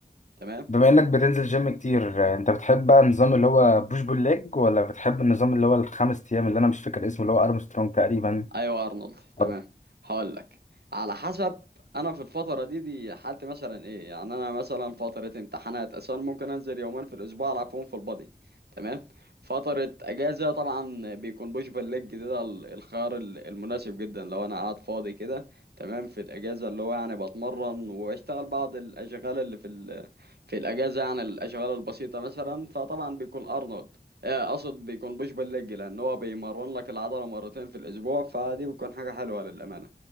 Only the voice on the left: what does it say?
بما انك بتنزل جيم كتير آه، انت بتحب بقى النظام اللي هو بوش بول ليج ولا بتحب النظام اللي هو الخمس ايام اللي انا مش فاكر اسمه اللي هو ارمسترونج تقريبا
أه.